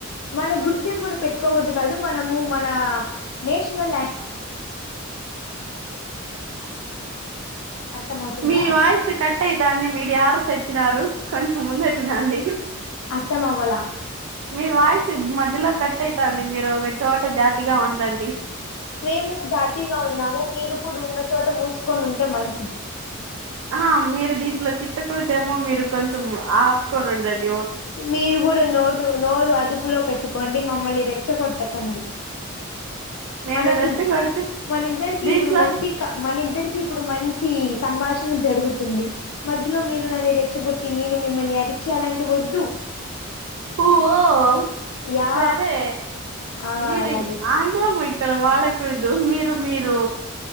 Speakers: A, on the left (about 75°); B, on the right (about 70°).
A: మన గుర్తింపును పెట్టుకోకూడదు కాదు మనము మన నేషనల్యాం అర్థం అవుతుందా
B: మీ వాయిసు కట్ అయితాంది మీరు యాడ సచ్చినారు కొంచెం ముందరికి రండి
A: అర్థం అవ్వలా
B: మీ వాయిసు మధ్యలో కట్ అయితాంది మీరు ఒక చోట జాతిగా ఉండండి
A: మేము జాతిగా ఉన్నాము మీరు కూడ ఉన్న చోట మూసుకొని ఉంటే మంచిది
B: ఆహ మీరు దీంట్లో తిట్టకూడదేమో మీరు కొంచం ఆపుకొనుండండి
A: మీరు గుడా నోటు నోరు అదుపులో పెట్టుకోండి మా మల్ని రెచ్చగొట్ట కండి
B: నేను
A: మనకి
B: రెచ్చగొడితే
A: మన ఇద్దరికి
B: దీంట్లో
A: ఇప్పుడు మంచిక మన ఇద్దరికి కి ఇప్పుడు మంచి సంభాషణ జరుగుతుంది మధ్యలో మీరు నన్ని ఇరి చ్చగొట్టి నేను మిమ్మల్ని ఆర్చి అలాంటి వద్దు
B: ఓఓహ్
A: యా
B: సరే
A: ఆ
B: మీరు
A: అలాగే
B: ఆండా మై ఇక్కడ వాడకుడ్దు మీరు మీరూ